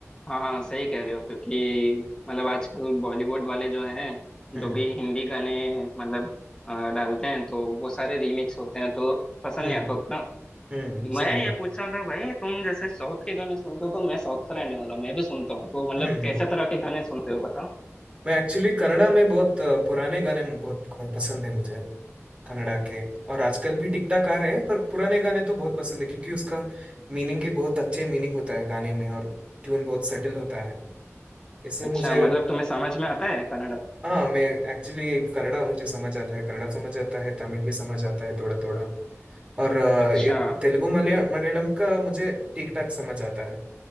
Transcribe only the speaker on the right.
हम्म
हम्म
हम्म
सही
बात
हम्म हम्म
मैं एक्चुअली कन्नड़ा में बहुत अ, पुराने गाने बहुत पसंद है मुझे कन्नड़ा के और आजकल भी टिक टाक आ रहे हैं पर पुराने गाने तो बहुत पसंद है क्योंकि उसका मीनिंग भी बहुत अच्छे मीनिंग होता है गाने में और ट्यून बहुत सटल होता है ये सब
मुझे
हाँ मैं एक्चुअली कन्नड़ा मुझे समझ आता है कन्नड़ा समझ आता है तमिल भी समझ आता है थोड़ा थोड़ा और अ,
ये तेलुगु मलया- मलयालम का मुझे ठीक ठाक समझ आता है